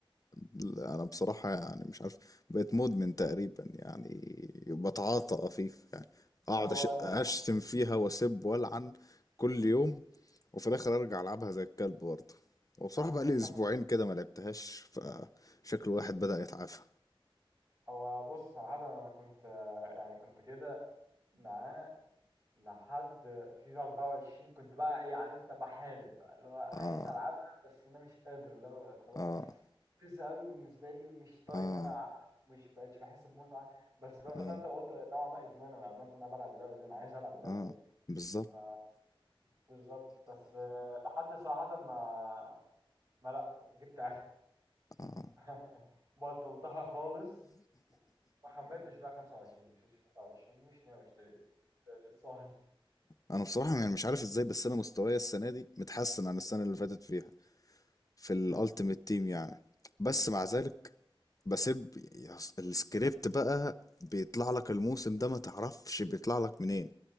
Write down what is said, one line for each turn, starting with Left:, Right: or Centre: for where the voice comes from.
Left: لا، انا بصراحة يعني مش عارف بقيت مدمن تقريبا يعني بتعاطى قفيف يعني اقعد
Right: هو
Left: أش-
Right: ده
Left: اشتم فيها واسب والعن كل يوم وفي الاخر ارجع العبها زي الكلب برضه وبصراحة
Right: <laughs>
Left: بقى لي اسبوعين كده ما لعبتهاش فشكل واحد بدأ يتعافى
Right: هو بص صراحة انا كنت يعني كنت كده معاها لحد فيفا 24 كنت بقى ايه عارف انت بحارب بقى اللي هو عايز
Left: اه
Right: العبها بس انا مش قادر اللعبه بقت خلاص
Left: اه
Right: فزة قوي بالنسبه لي ومش طايق
Left: اه
Right: ان انا العبها مش بقتش بحس بمتعه بس لو
Left: اه
Right: زي ما انت قلت نوعا ما ادمان انا ادمنت ان انا بلعب اللعبه دي انا عايز العب اللعبه
Left: اه
Right: دي
Left: بالظبط
Right: ف بالظبط بس آه، لحد صراحه ما ما لا جبت اخري
Left: اه
Right: <laughs> بطلتها خالص ما حملتش بقى 25 مش 25 ومش ناوي اشتري الصراحه
Left: انا بصراحه يعني مش عارف ازاي بس انا مستواي السنه دي متحسن عن السنه اللي فاتت فيها في الالتيميت
Right: امم
Left: تيم يعني بس
Right: اه
Left: مع ذلك بسيب يس- السكريبت بقى بيطلع لك الموسم ده ما تعرفش بيطلع لك منين